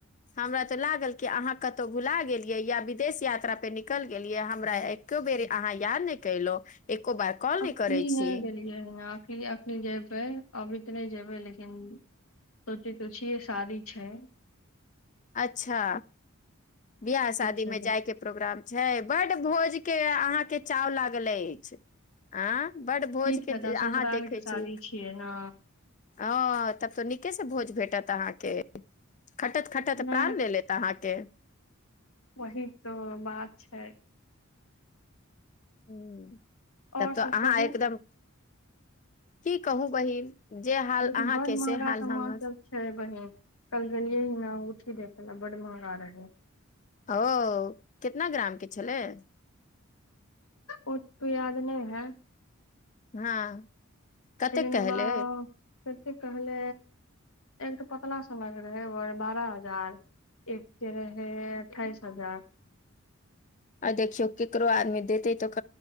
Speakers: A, on the left; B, on the left.
A: हमरा तऽ लागल कि अहाँ कतहु भुला गेलियै या विदेश यात्रा पे निकल गेलियै हमरा एको बेरी अहाँ याद नहि कलो एको बार कॉल
B: अखनी
A: न करै
B: नहि
A: छी
B: गेलियै ह अख अखनी जेबै अभी तऽ नहि जेबै लेकिन सोचै तो छियै शादी छै
A: अच्छा बियाह शादी
B: छै
A: मे
B: तऽ
A: जायके प्रोग्राम छै बड भोज के अहाँके चाव लागल अछि आ बड भोज
B: की फायदा
A: के
B: ससुराल
A: अहाँ देखै
B: के शादी
A: छी
B: छियै ने
A: ह तब तो नीके से भोज भेट त अहके खटत खटत
B: नहि
A: प्राण लै लेत अहाँके
B: वही तऽ बात छै
A: ह
B: और
A: तब
B: सब
A: तऽ अहाँ
B: कहू
A: एकदम की कहू बहिन जे हाल
B: लेकिन
A: अहाँके
B: बड महगा
A: से हाल
B: सामान
A: हमर
B: सब छै बहिन कल गेलियै ही ने उठी दे प बड़ महगा रह
A: ओ केतना ग्रामके छलय
B: ओ त याद नहि है
A: हँ कतेक
B: तनमे
A: कहले
B: कथी कहले। एक तऽ पतला समग रहै बारह हजार एक के रह अठाइस हजार
A: आ देखियौ केकरो आदमी देते तऽ